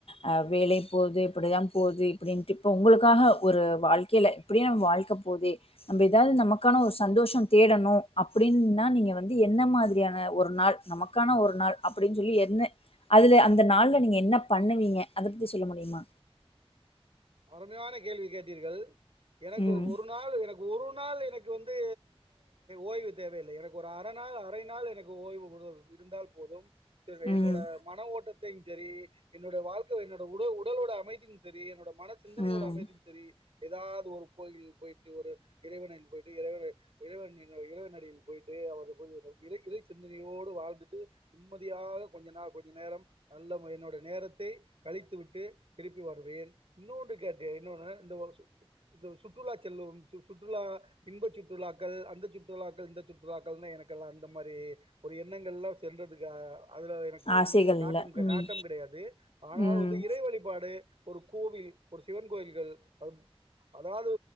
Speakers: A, on the left (about 65°); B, on the right (about 65°).
A: அ வேலை போது இப்டிதா போது இப்டின்ட்டு இப்ப உங்களுக்காக ஒரு வாழ்க்கையில இப்டியே நம்ம வாழ்க்க போதே நம்ப எதாவுது
B: ம்
A: நமக்கான ஒரு சந்தோஷம் தேடணு அப்டின்னா
B: ம்
A: நீங்க வந்து வந்து என்ன மாதிரியான ஒரு நாள் நமக்கான ஒரு நாள் அப்டின்னு சொல்லி என்ன அதுல அந்த நாள்ல நீங்க என்ன பண்ணுவீங்க அத பத்தி சொல்ல முடியுமா
B: அருமையான கேள்வி கேட்டீர்கள் எனக்கு
A: ம்.
B: ஒரு நாள் எனக் ஒரு நாள் எனக்கு வந்து ஓய்வு தேவையில்லை எனக்கு ஒரு அர நாள் அரை நாள் எனக்கு ஓய்வு குடு இருந்தால் போதும்
A: ம்.
B: என்னோட மன ஓட்டத் தயு சரி என்னுடைய வாழ்க்க என்னோட உட உடலோட அமைதியு சரி என்னோட மன சிந்தனையோட
A: ம்.
B: அமைதியு சரி எதாவுது ஒரு கோயிலில் போய்ட்டு ஒரு இறைவனில் படி போயிட்டு இறைவனை இறைவன் இறைவனடியில் போயிட்டு அவர் போய் இ இறை சிந்தனையோடு வாழ்ந்துட்டு நிம்மதியாக கொஞ்ச நாள் கொஞ்ச நேரம் நல்ல என்னோடய நேரத்தை கழித்து விட்டு திருப்பி வருவேன் இன்னொன்று கேட்டியா இன்னொன்னு இந்த இந்த சுற்றுலா செல்லும் சு சுற்றுலா இன்ப சுற்றுலாக்கள் அந்த சுற்றுலாக்கள் இந்த சுற்றுலாக்கள்னு எனக்கெல்லா அந்த மாரி ஒரு எண்ணங்கள்லா சென்றதுக்கு அதுல எனக்கு
A: ஆசைகள்ல.
B: வந்து ஒரு நாட்டம்
A: ம்.
B: நாட்டம் கிடையாது ஆனால்
A: ம்.
B: வந்து இறை வழிபாடு ஒரு கோவில் ஒரு சிவன் கோயில்கள் அதாவுது